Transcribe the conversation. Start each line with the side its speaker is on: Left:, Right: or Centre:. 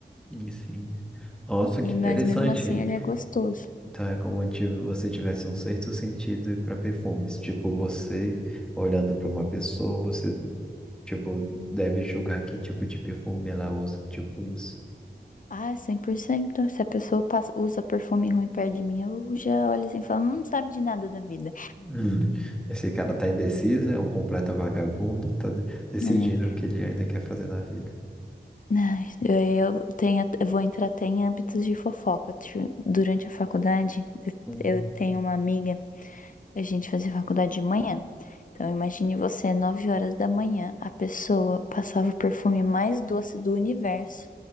Centre: isso aí. Nossa, que
Left: E,
Centre: interessante.
Left: mas mesmo assim ele é gostoso.
Centre: Então é como se você tivesse um certo sentido para perfumes. Tipo, você olhando para uma pessoa, você tipo deve julgar que tipo de perfume ela usa, tipo isso.
Left: Ah, é cem por cento Se a pessoa passa- usa perfume ruim perto de mim, eu já olho assim e falo, "Hum, não sabe de nada da vida.
Centre: Hum, Esse cara tá indeciso, é um completo vagabundo, tá de- decidindo
Left: né?
Centre: o que ele ainda quer fazer na vida.
Left: Ai, eu, tenho, eu vou entrar até em âmbitos de fofoca. Ti- Durante a faculdade,
Centre: Hum,
Left: eu tenho uma amiga, a gente fazia faculdade de manhã. Então, imagine você, 9 horas da manhã, a pessoa passava o perfume mais doce do universo